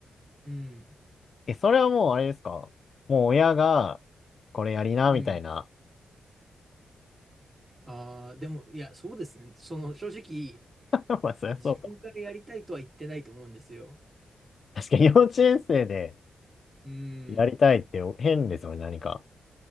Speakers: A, on the right; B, on the left.
A: うん。
B: え、それはもうあれですかもう親が、これやりな、
A: うん。
B: みたいな。
A: ああ、でも、いや、そうですね。その、正直、
B: <laughs> まあ、そりゃそうか。
A: 自分からやりたいとは言ってないと思うんですよ。
B: 確かに幼稚園生で
A: うん。
B: やりたいって変ですよね、何か。